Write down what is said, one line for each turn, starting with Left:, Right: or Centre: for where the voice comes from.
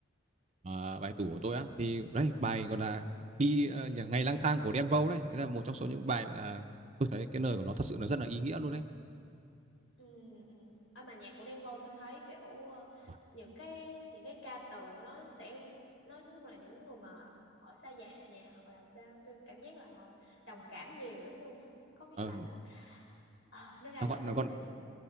Right: Ờ, bài tủ của tôi á thì đấy bài gọi là đi ờ, nhà- ngày lang thang của Đen Vâu đấy đấy là một trong số những bài mà tôi thấy cái lời của nó thật sự là rất là ý nghĩa luôn đấy
Left: Ừ, ừ. Ở bài nhạc của Đen Vâu tôi thấy kiểu ờ,
Right: Ủa,
Left: những cái những cái ca từ của nó nó sẽ nó nhưng là những người mà ở xa nhà nhà hoặc là xa tôi cảm giác là họ đồng cảm nhiều lắm luôn á. Có mấy
Right: ờ,
Left: bài nó ờ, nó ra
Right: nó
Left: rất
Right: gọi nó
Left: đúng
Right: gọi
Left: thời điểm.